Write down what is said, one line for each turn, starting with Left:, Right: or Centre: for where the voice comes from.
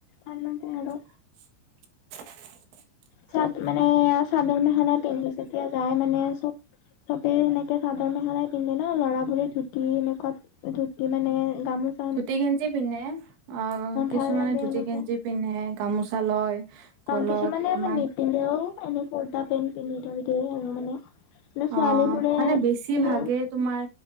Left: তাৰ মানে আৰু
Right: <unintelligible>
Left: তাত মানে চাদৰ মেখেলা পিন্ধি যেতিয়া যায় মানে চব। চবে সেনেকে চাদৰ মেখেলাই পিন্ধে ন ল'ৰাবোৰে ধুতি এনেকুৱা ধুতি মানে গামোচ
Right: ধুতি গেঞ্জি পিন্ধে অ' কিছুমানে
Left: ভাল লাগে
Right: ধুতি
Left: এনেকে
Right: গেঞ্জি পিন্ধে গামোচা লয়। গলত
Left: অ' কিছুমানে
Right: ইমান
Left: নিপিন্ধেও এনে কোটা পেণ্ট পিন্ধি থৈ দিয়ে আৰু মানে। কিন্তু ছোৱালীবোৰে
Right: অ' মানে বেছি ভাগে তোমাৰ